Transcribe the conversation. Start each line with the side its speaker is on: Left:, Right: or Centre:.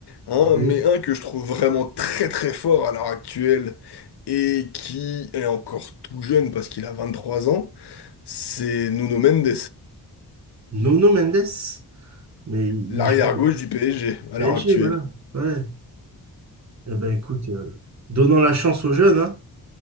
Left: hein,
Right: oui.
Left: mais un que je trouve vraiment très, très fort à l'heure actuelle et qui est encore tout jeune parce qu'il a 23 ans, c'est Nuno Mendes,
Right: Nuno Mendes? Mais il
Left: l'arrière-gauche
Right: joue au
Left: du PSG à
Right: PSG,
Left: l'heure actuelle.
Right: voilà. Ouais. Eh ben écoute, euh, donnons la chance aux jeunes, hein.